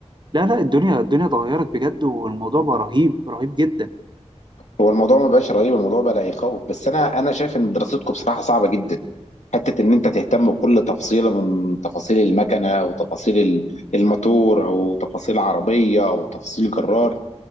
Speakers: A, on the right (about 40°); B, on the left (about 85°).
A: لا لا الدنيا الدنيا اتغيرت بجد والموضوع بقى رهيب رهيب جدا
B: هو الموضوع ما بقاش رهيب الموضوع بقى لا يخوف بس انا انا شايف ان دراستكم بصراحه صعبه جدا حته ان انت تهتم بكل تفصيله من تفاصيل المكنه او تفاصيل ال- الموتور او تفاصيل عربيه او تفاصيل جرار